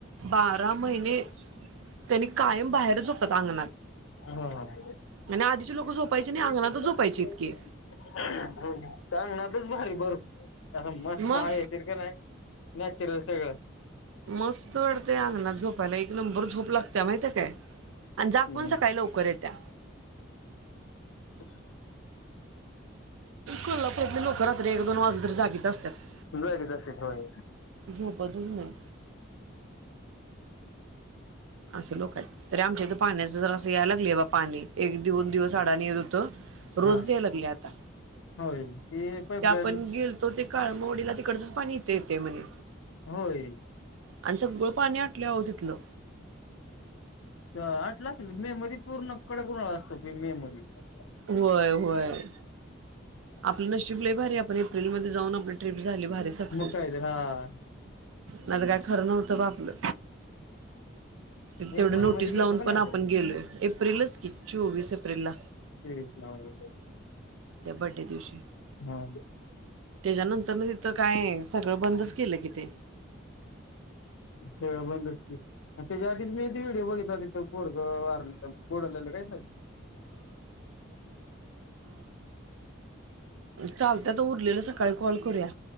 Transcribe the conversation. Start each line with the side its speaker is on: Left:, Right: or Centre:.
Right: बार बारा महिने, त्यांनी कायम बाहेर झोपतात अंगणात.
Left: हा, ह.
Right: आणि आधीचे लोक झोपायचे
Left: <unintelligible>
Right: नाही अंगणातच झोपायचे इतकी
Left: अंगणातच भारी भरपूर हा मस्त
Right: मग
Left: हाय येशील का नाय? नॅचरल सगळं.
Right: मस्त वाटतय अंगणात झोपायला, एक नंबर झोप लागते माहितीए काय? आणि जाग
Left: हम्म
Right: पण सकाळी लवकर येत्या.
Left: अच <inaudible>
Right: कोल्हापुरातले लोक रात्री एक दोन वाजले तरी जागीच असत्यात.
Left: जागीच असतात होय.
Right: झोपतचं नाही. असे लोक आहेत, तरी आमच्या इथे पाण्याच जरा अस यायला लागलय बा पाणी एक दोन दिवस अडान येत होत, रोजच
Left: हा
Right: याय लागलय आता
Left: होय पाईपलाईन
Right: ते आपण गेलतो ते काळमवाडीला तिकडचच पाणी इथ येतय म्हणे.
Left: होय
Right: आणि सगळं पाणी आटलंय आहो तिथलं
Left: व्हय आटला असेल, मे मध्ये पूर्ण कडक उन्हाळा असतोय मे मध्ये
Right: व्हय व्हय. आपलं नशीब लई भारी हाय आपण एप्रिलमध्ये जाऊन आपल्या ट्रीप झाली भारी सक्सेस्
Left: मग काय रे हा
Right: नाय तर काय खरं नव्हतं बा आपलं तिथं तेवढी
Left: एप्रिल
Right: नोटीस
Left: मध्ये गेलतो
Right: लावून
Left: का नाही
Right: पण आपण गेलोय, एप्रिलच की चोवीस एप्रिल ला
Left: लेडीज नाव येऊ राहिलं.
Right: त्या बड्डे दिवशी
Left: हा.
Right: त्याच्यानंतर तिथं काय, सगळं बंदच केलं कि ते
Left: सगळं बंदच की. त्याच्या आधीच मी ते व्हिडिओ बघितला, ते पोरगं वारलं बुडालेलं काहीतरी
Right: चालतंय आता उरलेलं सकाळी कॉल करूया.